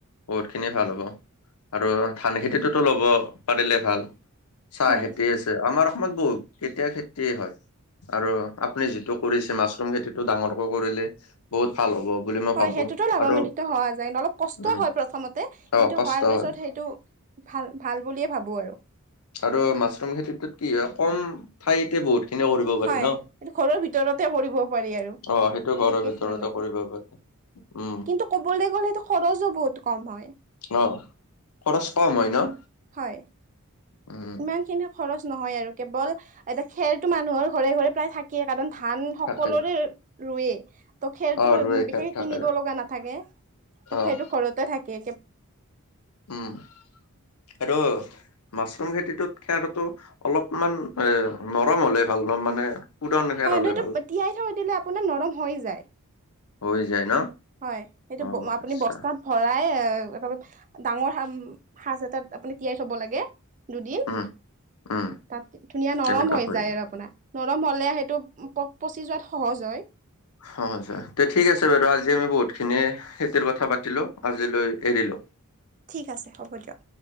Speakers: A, on the left (about 85°); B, on the right (about 35°).
A: বহুত খিনি ভাল হ'ব আৰু ধান খেতিটোতো ল'ব। পাৰিলে ভাল। চাহ
B: হয়।
A: খেতি আছে, আমাৰ অসমত বহুত এতিয়া খেতিয়ে হয়। আৰু আপুনি যিটো কৰিছে, মাছৰুম খেতিটো ডাঙৰকৈ কৰিলে বহুত ভাল হ'ব বুলি মই
B: হয়,
A: ভাবো
B: সেইটোতো লাভান্বিত
A: আৰু
B: হোৱা যায়। অলপ কষ্টও
A: উম
B: হয় প্ৰথমতে।
A: অ
B: কিন্তু
A: কষ্ট
B: হোৱাৰ পিছত
A: হয়
B: সেইটো ভাল ভাল বুলিয়ে ভাবোঁ আৰু।
A: আৰু মাছৰুম খেতিটোত কি হয়, কম ঠাইতে বহুত খিনি কৰিব পাৰি
B: হয়,
A: ন
B: এইটো ঘৰৰ ভিতৰতে কৰিব পাৰি আৰু
A: অ সেইটো ঘৰৰ
B: বিশেষ
A: ভিতৰতে
B: নালাগে।
A: কৰিব পাৰি উম
B: কিন্তু ক'বলৈ গ'লে সেইটো খৰচো বহুত কম হয়।
A: অঁ, খৰচ কম হয় ন।
B: হয়।
A: উম।
B: ইমানখিনিও খৰচ নহয় আৰু। কেৱল এতিয়া খেৰটো মানুহৰ ঘৰে ঘৰে প্ৰায় থাকেই, কাৰণ ধান সকলোৰে
A: থাকে
B: ৰুবে, ত' খেৰতো
A: অ দুই
B: বিশেষকে
A: একাত থাকে
B: কিনিব লগা নাথাকে। ত'
A: অ'
B: খেৰটো ঘৰতে থাকে
A: উম, সেইটো মাছৰুম খেতিটোত খেৰতো অলপমান এ নৰম হলে ভাল ন মানে? পুৰণ খেৰ
B: হয়
A: হ'লে
B: নহয়, এইটো
A: ভাল
B: তিয়াই থৈ দিলে আপোনাৰ নৰম হৈ যায়।
A: হৈ যায় ন?
B: হয়, সেইটো
A: অ',
B: আপুনি
A: আচ্ছা,
B: বস্তাত ভৰাই <unintelligible> ডাঙৰ সাজ এটাত আপুনি তিয়াই থ'ব লাগে। দুদিন।
A: উম, উম।
B: তাত ধুনীয়া নৰম
A: তেনেকুৱা
B: হৈ
A: হয়।
B: যায় আৰু আপোনাৰ, নৰম হ'লে সেইটো পচি যোৱাত সহজ হয়।
A: <unintelligible> ঠিক আছে বাৰু আজি আমি বহুতখিনি খেতিৰ কথা পাতিলোঁ, আজিলৈ এৰিলোঁ।
B: ঠিক আছে, হ'ব দিয়ক।